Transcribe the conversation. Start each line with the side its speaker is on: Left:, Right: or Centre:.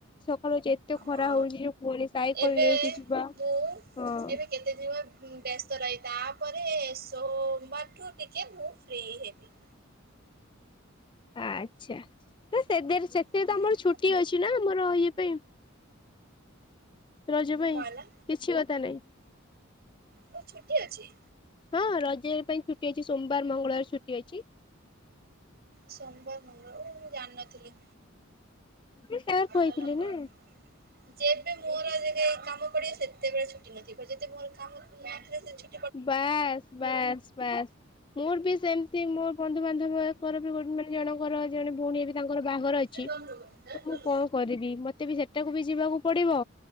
Left: ସକାଳୁ ଆଜି ଏତେ ଖରା
Right: ହଁ
Left: ହଉଛି ଯେ ପୁଣି ସାଇକଲ
Right: ଏବେ
Left: ନେଇକି ଯିବା
Right: ମୁଁ
Left: ହଁ।
Right: ଏବେ କେତେ ଯିବ ଉଁ, ବ୍ୟସ୍ତ ରହି, ତାପରେ ସୋମବାରଠୁରୁ ଟିକେ ମୁଁ ଫ୍ରି ହେବି।
Left: ଆଚ୍ଛା ତ ସେବେରେ ସେଥିରେ
Right: ହୁଁ
Left: ତ ଆମର ଛୁଟି ଅଛି ନା ଆମର ଇଏ ପାଇଁ। ରଜ ପାଇଁ
Right: କଣ ହେଲା
Left: କିଛି କଥା ନାଇଁ।
Right: ଓ ଛୁଟି ଅଛି?
Left: ହଁ ରଜ ପାଇଁ ଛୁଟି ଅଛି ସୋମବାର ମଙ୍ଗଳବାର ଛୁଟି ଅଛି।
Right: ସୋମବାର ମଙ୍ଗଳବାର ଓ ମୁଁ ଜାଣିନଥିଲି।
Left: ମୁଁ ସାର୍
Right: <unintelligible>
Left: କହିଥିଲି ନା
Right: ଯେବେ ମୋର ଯେତେଳେ କାମ ପଡିବ ସେତେବେଳେ ଛୁଟି ନଥିବ, ଯେତେ ମୋର କାମ ଥିଲା ସେ ଛୁ
Left: ବାସ୍ ବାସ୍ ବାସ୍। ମୋର ବି ସେମିତି ମୋର ବନ୍ଧୁବାନ୍ଧବଙ୍କର ବି ଗୋ ମାନେ ଜଣଙ୍କର ଜଣେ ଭଉଣୀ ବି ତାଙ୍କର ବାହାଘର ଅଛି।
Right: କ <unintelligible>
Left: ତ ମୁଁ କଣ କରିବି ମତେ ବି ସେଟାକୁ ବି ଯିବାକୁ ପଡିବ।